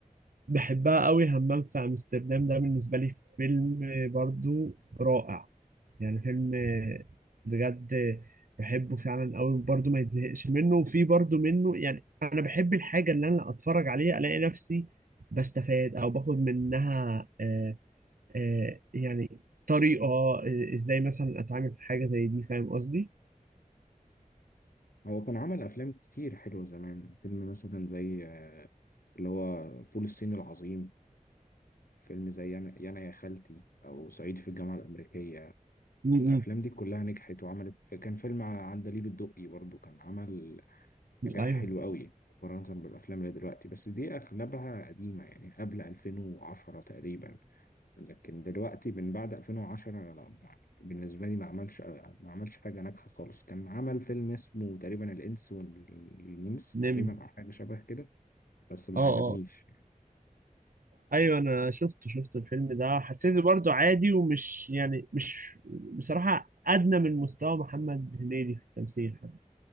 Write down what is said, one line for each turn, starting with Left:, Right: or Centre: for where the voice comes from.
Right: بحبها قوي همام في امستردام ده بالنسبه لي فيلم برضو رائع يعني فيلم بجد بحبه فعلا قوي برضو ما يتزهقش منه وفي برضو منه يعني انا بحب الحاجه اللي انا اتفرج عليها الاقي نفسي بستفاد او باخد منها آه، آه، يعني طريقه آه، ازاي مثلا اتعامل في حاجه زي دي فاهم قصدي؟
Left: هو كان عمل أفلام كتير حلوة زمان فيلم مثلا زي آه، اللي هو فول الصين العظيم فيلم زي أنا يانا يا خالتي أو صعيدي في الجامعة الأمريكية
Right: م-
Left: الأفلام
Right: م-
Left: دي كلها نجحت وعملت كان فيلم عندليب الدقي برضو كان عمل نجاح
Right: ايوه
Left: حلو قوي مقارنة بالأفلام اللي دلوقتي بس دي أغلبها قديمة يعني قبل 2010 تقريبا لكن دلوقتي من بعد 2010 انا لا يعني بالنسبه لي ما عملش ما عملش حاجه ناجحه خالص كان عمل فيلم اسمه تقريبا الانس والنمس
Right: نمر
Left: تقريبا او حاجه شبه كده بس ما
Right: اه
Left: عجبنيش
Right: اه ايوه انا شفته شفت الفيلم ده حسيته برضه عادي ومش يعني مش بصراحه ادنى من مستوى محمد هنيدي في التمثيل حتى